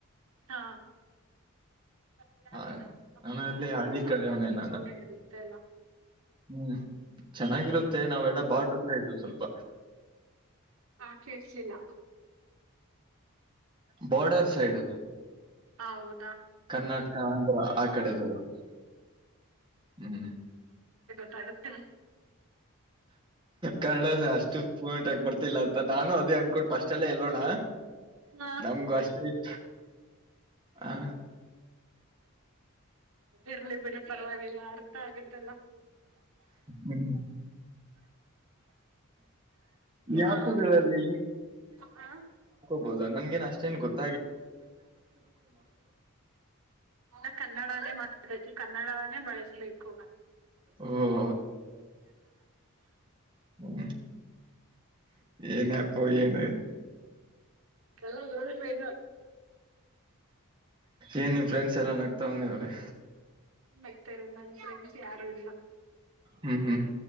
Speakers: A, on the right; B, on the right.
A: ಹಾ ಹಾಗ
B: ಆ ನಾನು ಅಲ್ಲಿ
A: ಹಾಗಂಗಿದ್ರೆ
B: ಹಳ್ಳಿ
A: ಸಂಕ್ರಾಂತಿ
B: ಕಡೆಯವನೇ ನಾನು.
A: ಜೋಡ ಇರುತ್ತಲ್ಲ
B: ಹ್ಮ್ ಚೆನ್ನಾಗಿರುತ್ತೆ
A: ಹ್ಮ್
B: ನಾವೆಲ್ಲ ಬಾಟಸಾ ಇದ್ವು ಸ್ವಲ್ಪ
A: ಆ ಕಿಸಲಿಲ್ಲ
B: ಬೋರ್ಡರ್ ಸೈಡ್
A: ಹೌದಾ
B: ಕರ್ನಾಟಕ ಆಂಧ್ರ ಆ ಕಡೆದವರು ಹ್ಮ್
A: ಬತ
B: ಕನ್ನಡಸ ಅಷ್ಟು ಪೂಮಂಟಕ್ ಬರ್ತಿಲ್ಲ ಅಂತ ನಾನು ಅದೇ ಅನ್ಕೊಂಡುಫಸ್ಟ್ ಹೇಳೋಣ
A: ಹಾ
B: ನಮಗು ಅಷ್ಟೇ ಇಷ್ಟ ಹ
A: ಇರ್ಲಿ ಬಿಡಿ ಪರವಾಗಿಲ್ಲ ಅರ್ಥ ಆಗತ್ತಲ್ಲ
B: ಹ್ಮ್. ಯಾಪುಗಳಲ್ಲಿ
A: ನ ಹ
B: ಹೌ ನನ್ಗೆ ಅಷ್ಟೇನ್ ಕೊತ
A: ನ ಕನ್ನಡಲ್ಲೇ ಮಾತಾಬೇಕ ಕನ್ನಡ ಬಳಸಬೇಕು
B: ಓಹ್! ಹ್ಮ್ ಏನಪ್ಪು ಏನು
A: ಎಲ್ಲ ಳ
B: ಏನ್ ನಿಮ್ ಫ್ರೆಂಡ್ಸ್ ಎಲ್ಲ ನಗ್ತವಂಗವ್ರಿ
A: ಬಗ್ತಾ ಇರೋದು ನನ್ ಪ್ರಮಸ ಯಾರು ಇಲ್ಲ
B: ಹ್ಮ್ ಹ್ಮ್..